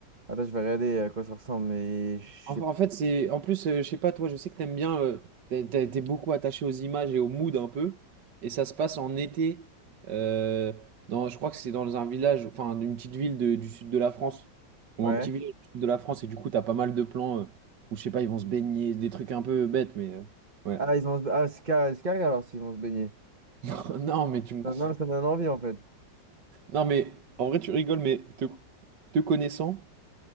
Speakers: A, on the right; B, on the right.
A: Attends, je vais regarder euh, à quoi ça ressemble, mais je
B: Enfin,
A: sais pas.
B: en fait, c'est en plus, euh, je sais pas, toi, je sais que t'aimes bien, euh, t'es t'es- t'es beaucoup attaché aux images et au mood un peu, et ça se passe en été. euh, dans, je crois que c'est dans un village, enfin, d'une petite ville de- du sud de la France, ou
A: Ouais.
B: un petit village du sud de la France, et du coup, t'as pas mal de plans euh, où je sais pas, ils vont se baigner, des trucs un peu bêtes, mais euh, ouais.
A: Ah, ils vont se... ah, c'est car- c'est carré alors s'ils vont se baigner.
B: <laughs> Non, mais tu me comprends.
A: Euh, Non, mais ça me donne envie en fait.
B: Non, mais en vrai, tu rigoles, mais te, te connaissant,